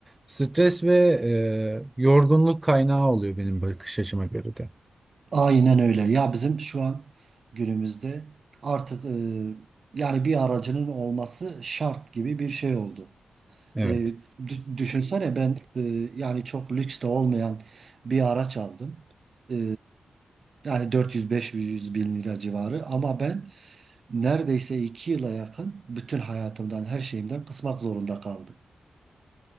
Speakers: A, on the right; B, on the right.
A: stres ve e, yorgunluk kaynağı oluyor benim bakış açıma göre de.
B: Aynen öyle. Ya bizim şu an günümüzde artık e, yani bir aracının olması şart gibi bir şey oldu.
A: Evet.
B: E, dü- düşünsene ben e, yani çok lüks de olmayan bir araç aldım. E, yani 400-500 bin lira civarı ama ben neredeyse 2 yıla yakın bütün hayatımdan her şeyimden kısmak zorunda kaldım.